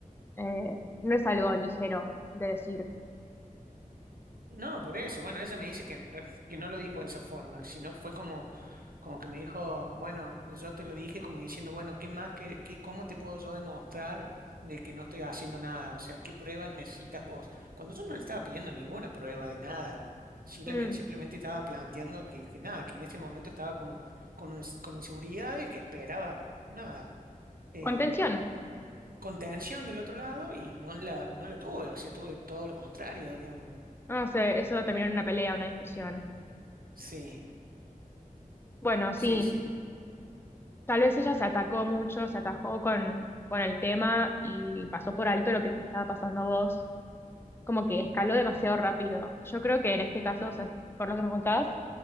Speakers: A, on the left; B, on the right.
A: eh, no es algo ligero de decir.
B: No, por eso. Bueno, ella me dice que, en re- que no lo dijo de esa forma, sino fue como, como que me dijo, bueno, pues yo te lo dije como diciendo, bueno, ¿qué más, que qué, cómo te puedo yo demostrar de que no estoy haciendo nada? O sea, ¿qué pruebas necesitas vos? Cuando yo no le estaba pidiendo ninguna prueba de nada, simplemente,
A: Mm.
B: simplemente estaba planteando que, que nada, que en ese momento estaba como con, ins- con inseguridades, que esperaba nada. eh,
A: Contención.
B: contención del otro lado y no la, no la tuve, o sea, tuve todo lo contrario, digamos.
A: No sé, eso terminó en una pelea, una discusión.
B: Sí,
A: Bueno, sí,
B: sí, sí.
A: tal vez ella se atacó mucho, se atajó con, con el tema y pasó por alto lo que te estaba pasando a vos. Como que escaló demasiado rápido. Yo creo que en este caso, o sea, por lo que me contabas,